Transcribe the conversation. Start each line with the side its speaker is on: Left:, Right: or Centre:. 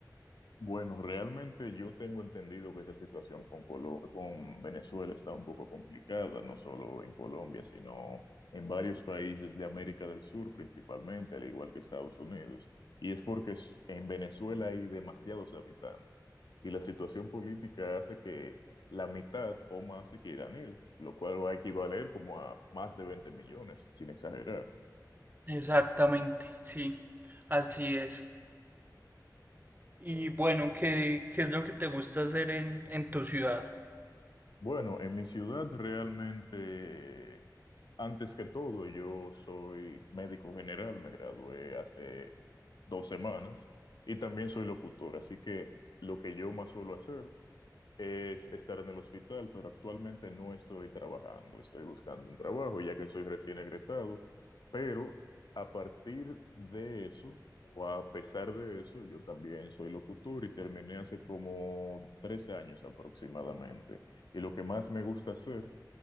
Left: Bueno, realmente yo tengo entendido que esa situación con Colo- con Venezuela está un poco complicada, no solo en Colombia, sino en varios países de América del Sur principalmente, al igual que Estados Unidos. Y es porque s- en Venezuela hay demasiados habitantes y la situación política hace que la mitad o más se quieran ir, lo cual va a equivaler como a más de 20 millones, sin exagerar.
Right: Exactamente, sí, así es. Y bueno, ¿qué, qué es lo que te gusta hacer en, en tu ciudad?
Left: Bueno, en mi ciudad realmente... Antes que todo, yo soy médico general, me gradué hace dos semanas y también soy locutor, así que lo que yo más suelo hacer es estar en el hospital, pero actualmente no estoy trabajando, estoy buscando un trabajo ya que soy recién egresado, pero a partir de eso, o a pesar de eso, yo también soy locutor y terminé hace como tres años aproximadamente. Y lo que más me gusta hacer